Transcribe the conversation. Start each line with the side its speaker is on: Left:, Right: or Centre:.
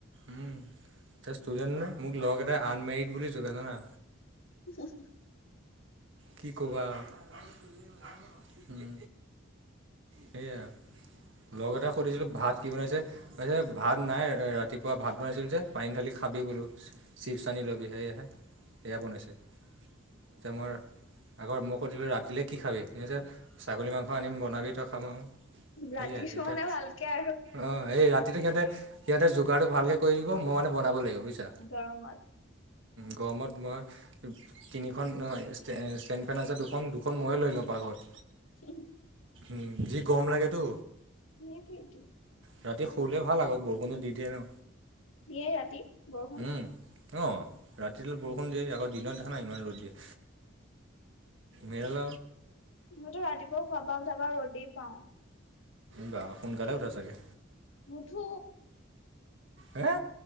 Right: উম, তই ষ্টুডেণ্ট নে, মোক লগৰকেইটাই আনমেৰিড বুলি জোকাই জানা?
Left: <unintelligible>
Right: কি কবা আৰু। সেইয়া। লগৰ এটাক সুধিছিলোঁ ভাত কি বনাইছে, কৈছে ভাত নাই ৰাতিপুৱা ভাত বনাইছিল যে পানী ঢালি খাই খাবি, বোলো চিপছ আনি ল'বি সেয়েহে, সেয়া বনাইছে। যেতিয়া মই আগত মই সুধিলোঁ ৰাতিলৈ কি খাবি, সি কৈছে ছাগলী মাংস আনিম বনাবি উম
Left: ৰাতিটো
Right: সেয়াই এতিয়া
Left: মানে ভালকে আৰু
Right: অ' এই ৰাতিটো সিহঁতে, সিঁহতে কুকাৰটো ভালকৈ কৰি দিব, মই মানে বনাব লাগিব বুজিছা।
Left: গৰমত
Right: গৰমত মই, তিনিখন ষ্টে ষ্টেণ্ড ফেন আছে দুখন দুখন ময়ে লৈ লওঁ পাকঘৰত।
Left: <unintelligible>
Right: উম যি গৰম লাগেতো।
Left: সেইটোৱেটো।
Right: ৰাতি শুলে ভাল আকৌ বৰষুণো দি দিয়ে আৰু।
Left: দিয়ে ৰাতি বৰষুণ
Right: উম, অ' ৰাতিটো বৰষুণ দিয়ে আগতে। দিনত দেখা নাই, ইমান ৰ'দ দিয়ে মেৰেল
Left: মইতো ৰাতিপুৱা শোৱাৰ পা উঠাপা ৰ'দেই পাওঁ।
Right: বাহ সোনকালে উঠা চাগে?
Left: নুঠো।
Right: হে?